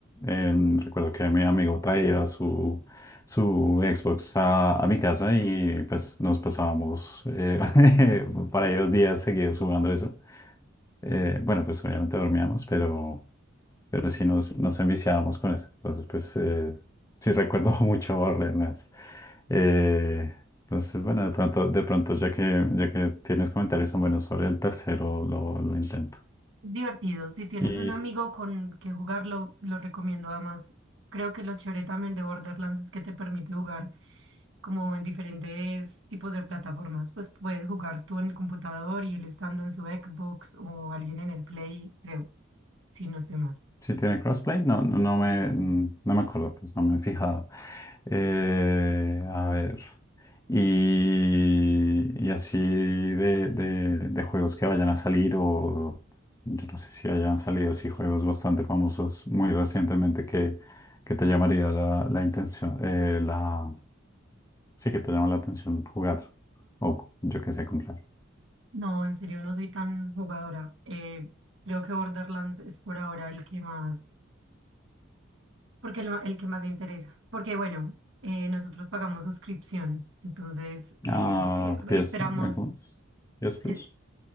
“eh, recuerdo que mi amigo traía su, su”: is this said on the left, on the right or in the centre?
Left